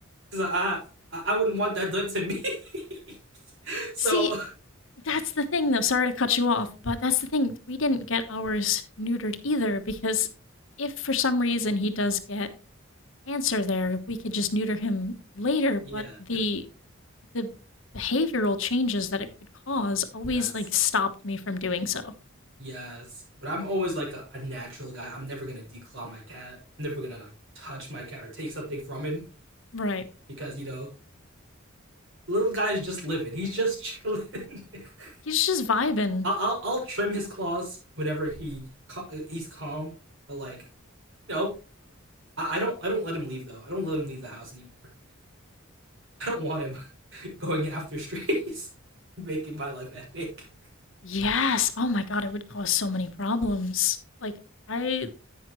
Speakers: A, on the right; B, on the left.
A: because I, I I wouldn't want that done to me. <laughs> so
B: See, That's the thing, though. Sorry to cut you off, but that's the thing. We didn't get ours neutered either because if for some reason he does get cancer there, we could just neuter him later,
A: yeah,
B: but the the behavioral changes that it could cause always
A: yes.
B: like stopped me from doing so.
A: Yes, but I'm always like a, a natural guy. I'm never gonna declaw my cat. I'm never gonna like touch my cat or take something from him
B: Right.
A: because you know little guy's just living. He's just chilling. <laughs>
B: He's just vibing.
A: I'll, I'll I'll trim his claws whenever he he's calm. But like no, I, I don't I don't let him leave though. I don't let him leave the house anymore. I don't want him <laughs> going after strays, <laughs> making my life a headache.
B: Yes. Oh my god, it would cause so many problems. Like I